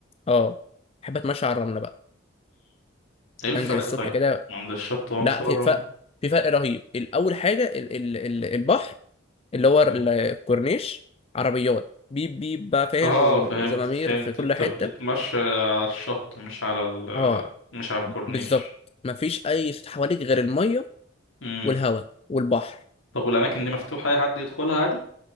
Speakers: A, on the left; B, on the left.
A: اه بحب اتمشى على الرمله بقى
B: ايه الفرق
A: انزل الصبح
B: طيب
A: كده
B: عند الشط هو
A: لا
B: مش هو
A: في
B: الرملة
A: فرق في فرق رهيب الاول حاجه ال ال ال البحر اللي هو ال-
B: مم.
A: الكورنيش عربيات بيب بيب بقى فاهم
B: اه
A: و-
B: فهمت
A: وزمامير
B: فهمت
A: في كل
B: انت
A: حتة
B: بتتمشى على الشط مش على ال
A: اه
B: مش على الكورنيش
A: بالظبط مفيش أي صوت حواليك غير المية
B: امم
A: والهواء والبحر
B: طب والاماكن دي مفتوحة اي حد يدخلها عادي